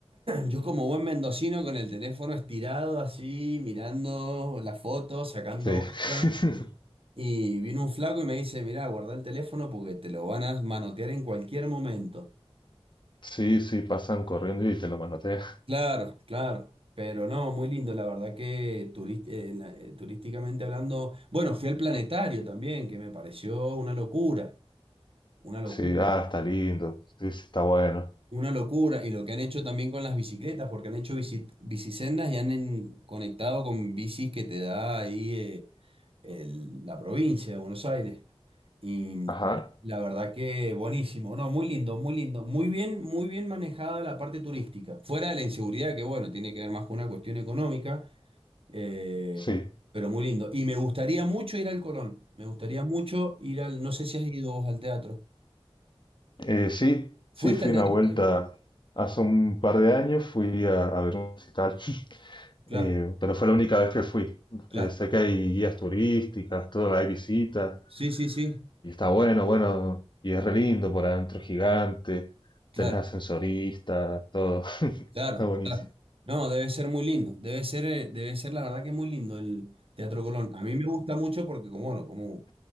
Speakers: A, on the right; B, on the left.
A: Yo como buen mendocino con el teléfono estirado así, mirando la foto, sacando
B: Sí. <laughs>
A: otra. Y vino un flaco y me dice, mirá, guarda el teléfono porque te lo van a manotear en cualquier momento.
B: Sí, sí, pasan corriendo y te lo manotean.
A: Claro, claro. Pero no, muy lindo, la verdad que turist- eh, na- eh, turísticamente hablando, bueno, fui al planetario también, que me pareció una locura, una locura.
B: Sí, ah, está lindo. Sí, sí, está bueno.
A: Una locura, y lo que han hecho también con las bicicletas, porque han hecho bici- bicisendas y han en- conectado con bicis que te da ahí eh, el- la provincia de Buenos Aires. Y
B: Ajá.
A: la verdad que buenísimo, no, muy lindo, muy lindo, muy bien, muy bien manejada la parte turística. Fuera de la inseguridad, que bueno, tiene que ver más con una cuestión económica, eh,
B: Sí.
A: pero muy lindo. Y me gustaría mucho ir al Colón, me gustaría mucho ir al, no sé si has ido vos al teatro.
B: Eh, sí,
A: ¿Fuiste
B: sí, fui
A: al
B: una
A: teatro?
B: vuelta
A: también?
B: hace un par de años, fui a, a ver un recital. <laughs>
A: Claro,
B: Eh, pero fue la única vez que fui.
A: claro.
B: Eh, sé que hay guías turísticas, todo, hay visitas,
A: Sí, sí, sí,
B: y está bueno, bueno, y es re lindo por adentro, gigante,
A: claro.
B: tenés ascensorista, todo, <laughs>
A: Claro,
B: está buenísimo.
A: claro. No, debe ser muy lindo. Debe ser, eh, debe ser la verdad que muy lindo el Teatro Colón. A mí me gusta mucho porque, como, bueno, como